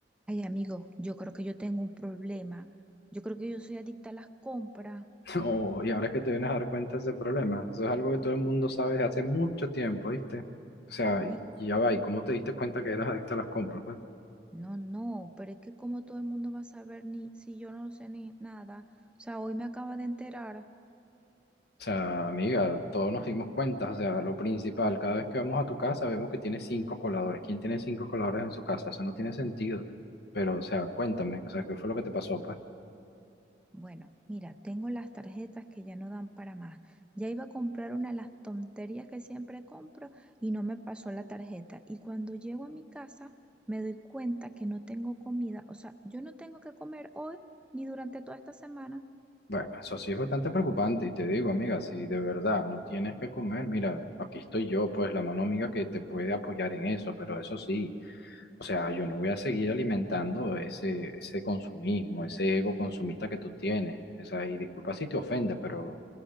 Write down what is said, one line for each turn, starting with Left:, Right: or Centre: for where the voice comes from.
Centre: Ay, amigo, yo creo que yo tengo un problema. Yo creo que yo soy adicta a las compras.
Left: Oh, y ahora es que te vienes a dar cuenta de ese problema. Eso es algo que todo el mundo sabe desde hace mucho tiempo, ¿viste? O sea, y,
Centre: Y
Left: y ya va, ¿y cómo te diste cuenta que eras adicta a las compras, pues?
Centre: no, no, pero es que como todo el mundo va a saber ni si yo no sé ni nada. O sea, hoy me acaba de enterar.
Left: O sea, amiga, todos nos dimos cuenta, o sea, lo principal, cada vez que vamos a tu casa vemos que tienes cinco coladores. ¿Quién tiene cinco coladores en su casa? Eso no tiene sentido. Pero, o sea, cuéntame, o sea, ¿qué fue lo que te pasó, pues?
Centre: Bueno, mira, tengo las tarjetas que ya no dan para más. Ya iba a comprar una de las tonterías que siempre compro y no me pasó la tarjeta. Y cuando llego a mi casa, me doy cuenta que no tengo comida. O sea, yo no tengo que comer hoy ni durante toda esta semana.
Left: Bueno, eso sí es bastante preocupante y te digo, amiga, si de verdad no tienes que comer, mira, aquí estoy yo, pues, la mano amiga que te puede apoyar en eso, pero eso sí. O sea, yo no voy a seguir alimentando ese, ese consumismo, ese ego consumista que tú tienes. O sea, y disculpa si te ofende, pero